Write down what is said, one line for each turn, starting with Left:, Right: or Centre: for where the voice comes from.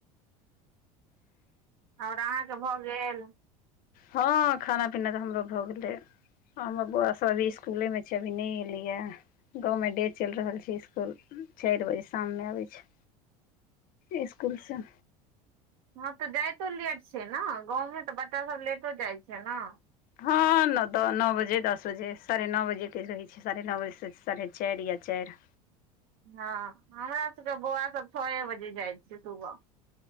Right: आओर अहाँके भऽ गेल?
Left: हँ खाना पीना तऽ हमरो भऽ गेलै। हमर बौआ सब अभी इसकुले में छै अभी नहि एलैये। गाँव मे डे चलि रहल छै इसकुल चारि बजे शाम मे अबै छै। इसकुल स।
Right: हँ तऽ जाइतो लेट छै न गाँवमे तऽ बच्चा सब लेटो जाइ छै ने।
Left: हँ न द नौ बजे दस बजे साढ़े नओ बजेके रहै छै साढ़े नओ बजेसे साढ़े चारि या चारि
Right: हँ हमरा सबके बौआ सब छए बजे जाइ छय सुबह।